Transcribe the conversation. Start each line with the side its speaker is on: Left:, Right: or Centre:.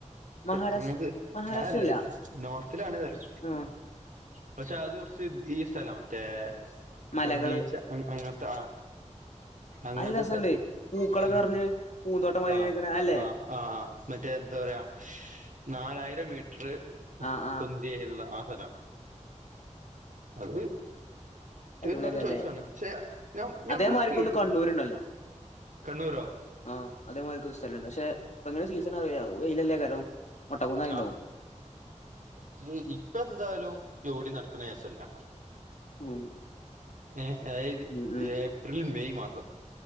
Left: മഹാരാഷ്ട്ര
Right: അങ്ങനത്തെ
Left: മഹാരാഷ്ട്രയല്ല
Right: ആ അല്ലേ നോർത്തിലാണല്ലേ
Left: ആ
Right: പക്ഷെ അത് കുറച്ച് ബീ സ്താല മറ്റേ
Left: മലകള്
Right: മഞ്ഞീഴ്ച്ച അം അങ്ങട്ട് ആ അങ്ങനത്തെ
Left: നല്ല രസണ്ട്
Right: സ്ഥലം
Left: പൂക്കളൊക്കെ
Right: ഉം
Left: നിറഞ്ഞ് പൂന്തോട്ടം മാതിരി
Right: ആഹ്
Left: ഇങ്ങനെ നിക്കണ അല്ലേ
Right: ആഹ് ആഹ് മറ്റേ എന്താ പറയാ നാല ആയിര മീ രു
Left: ആ ആ
Right: പൊന്തിയയുള്ള ആഹ് അത അത്
Left: അടിപൊളിയൊക്കല്ലേ
Right: ഒരു നല്ല ചോയ്സാണ് പക്ഷെ ഞമ്മക്ക്
Left: അതേമാര്ക്ക് ഒന്ന് കണ്ണൂരുണ്ടല്ലോ
Right: കണ്ണൂരോ
Left: ആ അതേമാര്ക്ക് സ്ഥലണ്ട് പക്ഷെ അപ്പ എങ്ങനെ സീസണങ്ങനെ വെയിലല്ലേക്കാരം മൊട്ടക്കുന്നായിണ്ടാവും
Right: ആഹ അത് ഇപ്പോ എന്തായാലും ജോടി നട <unintelligible>
Left: ഉം
Right: ഏ എതായത്
Left: ഉം ഉം
Right: ഏപ്രിൽ മെയ് മാസം